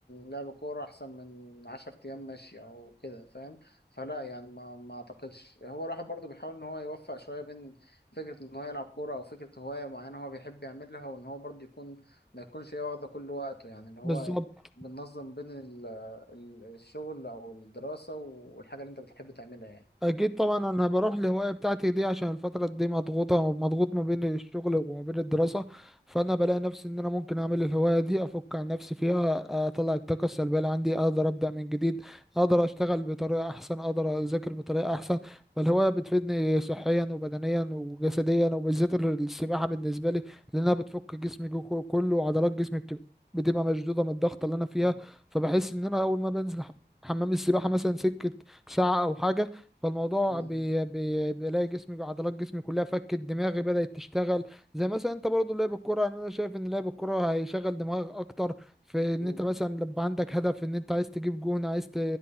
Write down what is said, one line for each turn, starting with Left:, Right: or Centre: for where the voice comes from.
Left: لعب كورة أحسن من عشر أيام ماشي أو كده فاهم فلا يعني ما ما أعتقدش هو الواحد برضه بيحاول إن هو يوفق شوية بين فكرة إن هو يلعب كورة أو فكرة هواية معينة هو بيحب يعملها وإن هو برضه يكون ما يكونش هي واخدة كل وقته يعني اللي هو
Centre: بالظبط
Left: بننظم بين ال- ال- الشغل او الدراسة والحاجة اللي انت بتحب تعملها يعني
Centre: اكيد طبعا انا بروح الهوايه بتاعتي دي عشان الفتره دي مضغوطه ومضغوط ما بين الشغل وما بين الدراسه فانا بلاقي نفسي ان انا ممكن اعمل الهوايه دي افك عن نفسي فيها اطلع الطاقه السلبيه اللي عندي اقدر ابدا من جديد اقدر اشتغل بطريقه احسن اقدر اذاكر بطريقه احسن فالهوايه بتفيدني صحيا وبدنيا وجسديا وبالذات السباحه بالنسبه لي لانها بتفك جسمي جو- كله وعضلات جسمي بتبقى بتبقى مشدوده من الضغط اللي انا فيها
Left: مم.
Centre: فبحس ان انا اول ما بنزل ح- حمام السباحه مثلا سكه ساعه او حاجه فالموضوع
Left: مم.
Centre: بي بي بلاقي جسمي عضلات جسمي كلها فكت دماغي بدأت تشتغل زي مثلا انت برضو لعب الكرة يعني انا شايف ان لعب الكرة هيشغل دماغك اكتر في ان
Left: مم.
Centre: انت مثلا لما عندك هدف ان انت عايز تجيب جون عايز ت-